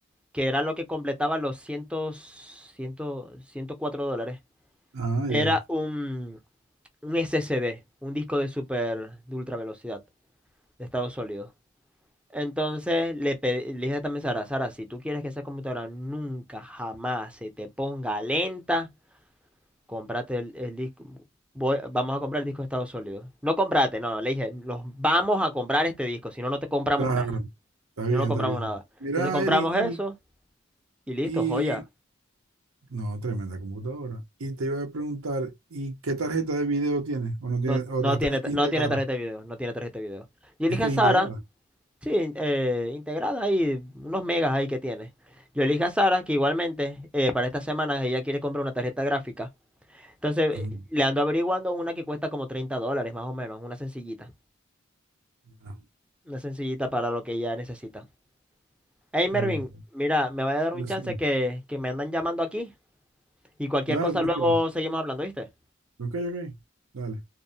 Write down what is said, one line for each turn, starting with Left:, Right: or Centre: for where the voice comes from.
Centre: que era lo que completaba los 100, 104 dólares.
Right: Ah,
Centre: Era
Right: ya.
Centre: un, un SSD, un disco de super, de ultra velocidad, de estado sólido. Entonces le, pe- le dije también a Sara, Sara, si tú quieres que esa computadora nunca, jamás se te ponga lenta, cómprate el, el disco. voy- vamos a comprar el disco de estado sólido. No comprate, no, le dije, los vamos a comprar este disco, si no, no te compramos
Right: Claro.
Centre: nada.
Right: Está
Centre: Si
Right: bien,
Centre: no, no compramos
Right: está bien.
Centre: nada.
Right: Mira,
Centre: Entonces compramos
Right: Eri, y,
Centre: eso y listo,
Right: y...
Centre: joya.
Right: No, tremenda computadora. Y te iba a preguntar, ¿y qué tarjeta de video tiene? ¿O no tiene?
Centre: No,
Right: ¿O
Centre: no
Right: la está
Centre: tiene, ta-
Right: integrada?
Centre: no tiene tarjeta de video, no tiene tarjeta de video. Yo le
Right: Es
Centre: dije
Right: que
Centre: a
Right: es
Centre: Sara,
Right: integrada.
Centre: sí, in- eh, integrada ahí, unos megas ahí que tiene. Yo le dije a Sara que igualmente eh, para esta semana ella quiere comprar una tarjeta gráfica. Entonces,
Right: Ujú.
Centre: eh, le ando averiguando una que cuesta como 30 dólares, más o menos, una sencillita.
Right: Ya.
Centre: Una sencillita para lo que ella necesita. Hey,
Right: Está
Centre: Mervin,
Right: bien.
Centre: mira, me va a dar
Right: Decime.
Centre: un chance que, que me andan llamando aquí y cualquier
Right: Dale,
Centre: cosa
Right: tranquilo.
Centre: luego seguimos hablando, ¿viste?
Right: Ok, ok. Dale.